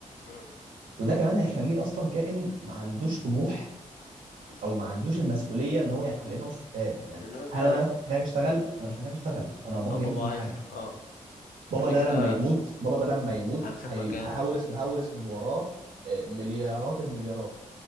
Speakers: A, on the left; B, on the right.
A: أه.
B: وده كمان هيخليه اصلا كائن ما عندوش طموح
A: بالظبط
B: او ما عندوش
A: اه
B: المسؤوليه ان هو يعني لان هو مش محتاج يعني
A: انه انت
B: هل
A: أه،
B: انا محتاج اشتغل انا مش محتاج اشتغل انا بابا
A: اه بابا
B: جايب لي كل حاجه
A: هيصرف اه
B: بابا
A: كده
B: ده
A: كده
B: لما يموت بابا ده لما يموت
A: همسك
B: هي-
A: مكان
B: هورث هورث من وراه آه، مليارات المليارات